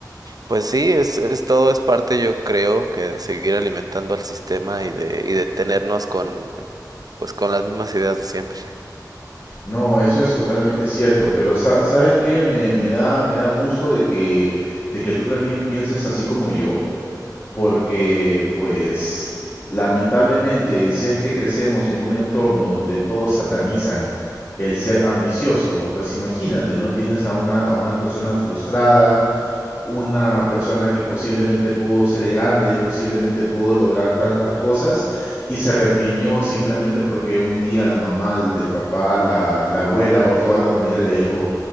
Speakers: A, on the right; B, on the left.
A: pues sí, es, es todo es parte, yo creo, que de seguir alimentando al sistema y de, y de tenernos con, pues con las mismas ideas de siempre.
B: No, eso es totalmente cierto, pero sa- ¿sabes qué? Me, me da, me da gusto de que, de que tú también pienses así como yo, porque pues lamentablemente si es que crecemos en un entorno donde todos satanizan el ser ambicioso, pues imagínate, ¿no? Tienes a una, a una persona frustrada, una persona que posiblemente pudo ser grande, posiblemente pudo lograr tantas cosas y se reprimió simplemente porque un día la mamá, el el papá, la, la abuela o toda la familia le dijo,